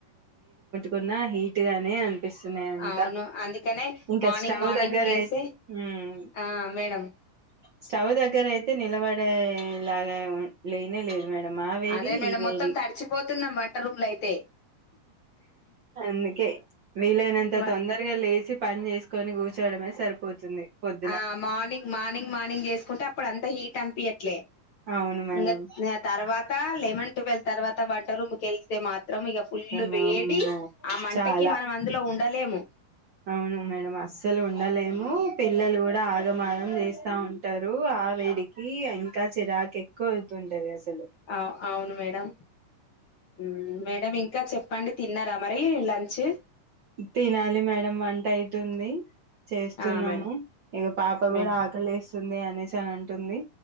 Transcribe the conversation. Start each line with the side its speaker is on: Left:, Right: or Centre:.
Right: కొన్నా హీట్ గానే అంన్ పీస్తున్నాయి అంత
Left: అవును అందుకనే
Right: ఇంకా
Left: మార్నింగ్
Right: స్టవ్
Left: మార్నింగ్
Right: దగ్గరయితే
Left: లేసే
Right: మ్మ్
Left: ఆ మేడం
Right: స్టవ్ దగ్గర అయితే నిలబడి <unintelligible> లాగా ఉం లేనే లేదు మేడం ఆ వేడి
Left: అదే మేడం
Right: ఈ వేడి
Left: మొత్తం తడిచిపోతున్నాం వంట రూమ్ లో అయితే
Right: అందుకే వీలైనంత
Left: వ
Right: తొందరగా లేచి పని చేసుకొని కూర్చ్ చేయడమే సరిపోతుంది పొద్దున
Left: ఆ మార్నింగ్ మార్నింగ్ మార్నింగ్ చేసుకుంటే అప్పుడు అంత హీట్ అనిపియట్లే
Right: అవును మేడం
Left: ఇంగత్ ఆ తర్వాత లెమన్ టువెల్ తర్వాత వాల్ వంట రూమ్కి వెళ్తే మాత్రం ఇక ఫుల్
Right: అమ్మో
Left: వేడి ఆ మంటకి
Right: చాలా
Left: మనం అందులో ఉండలేము.
Right: అవును మేడం అస్సలు ఉండలేము పిల్లలు కూడా ఆగమాగం చేస్తా ఉంటారు. ఆ వేడికి ఇంకా చిరాకు ఎక్కువ ఉంటుంటది అసలు తలు
Left: అవు అవును మేడం హ్మ్ మేడం ఇంకా చెప్పండి తిన్నారా మర్ అయ్యాయో లంన్చు
Right: తినాలి మేడం వంట అయితుంది చేస్తున్నాము
Left: ఆ మేడం
Right: ఇక పాప
Left: మేడం
Right: కూడా ఆకలిస్తుంది. అనేసి తాన్ అంటుంది